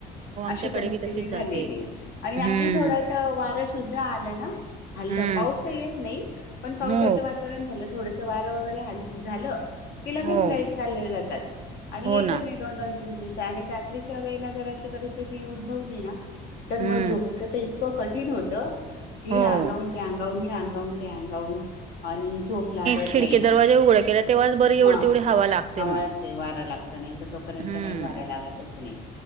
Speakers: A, on the right (about 40°); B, on the left (about 70°).
A: हो, आमच्याकडे
B: अशी परिस्थिती
A: बी तशीच
B: झालेली
A: जाते
B: आहे. आणि
A: हम्म
B: अगदी थोड्यासा वार शुद्ध आल ना हल्लं
A: हम्म
B: पाऊस तर येत नाही पण पावसाचं
A: हो
B: वातावरण झालं थोडस वारं वगैरे हाल झालं की लगेच
A: हो
B: लाईट चालले जातात आणि
A: हो
B: येतच
A: ना
B: नाहीत. दोन दोन तीन दिवस आणि रात्रीच्या वेळेला जर अशी परिस्थिती उद्भवली ना तर
A: हम्म
B: मग झोपे तर इतकं कठीण होतं की
A: हो
B: ह्या अंगाहून त्या अंगाहून ह्या अंगाहून त्या अंगाहून आणि झोप लागत
A: खिडकी
B: नाही
A: दरवाजे उघडे केले तेव्हाच बरी एवढ
B: म
A: तेवढी हवा लागते
B: हवा
A: मग
B: येते वारा लागत नाही तर तोपर्यंत
A: हम्म
B: काही वार लागतच नाही.